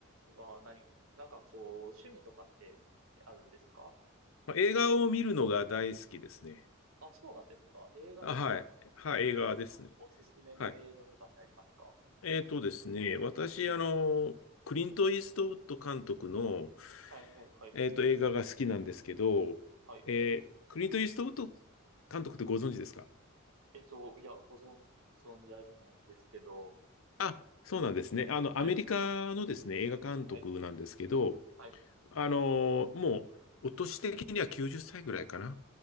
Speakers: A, on the right; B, on the left.
A: では、何、なんかこう、趣味とかってあるんですか
B: まあ、映画を見るのが大好きですね。
A: あ、そうなんですか。映画ですか。
B: あ、はい。はい、
A: えー何かなんかおすすめの映画とかってありますか
B: 映画ですね。はい。えっとですね、私、
A: はい。
B: あの、クリント・イーストウッド監督の、
A: はいはいはい。
B: えっと、映画が好きなんですけど、
A: はい。
B: えークリント・イーストウッド監督ってご存知ですか
A: えっと、いや、ご存、存じ上げないんですけど、
B: あ、そうなんですね。あの、
A: はい。
B: アメリカのですね、映画監督なんですけど、
A: はい。はい。
B: あの、もう、お年的には90歳ぐらいかな。